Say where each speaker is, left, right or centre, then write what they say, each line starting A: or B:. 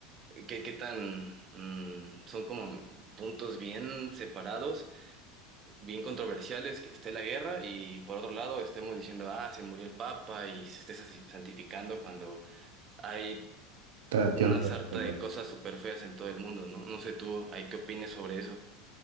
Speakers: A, on the right; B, on the right.
A: ¿Qué, qué tan mm, son como puntos bien separados, bien controversiales, que esté la guerra y por otro lado estemos diciendo, ah, se murió el Papa y se esté sa- santificando cuando hay
B: tarateando
A: una sarta
B: las cruzadas.
A: de cosas súper feas en todo el mundo, ¿no? No sé tú, ¿hay qué opines sobre eso?